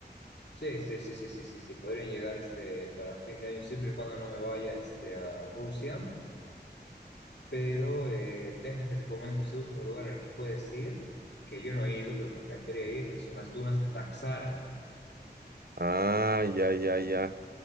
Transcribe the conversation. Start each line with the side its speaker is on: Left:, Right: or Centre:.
Left: Sí, sí, sí, sí, sí, sí, sí, podrían llegar este, para fin de año, siempre y cuando no me vaya este, a Rusia, pero eh, deja que te comento ese último lugar al que puedes ir, que yo no he ido, pero me encantaría ir, que son las dunas de Taxara.
Right: Ah, ya, ya, ya.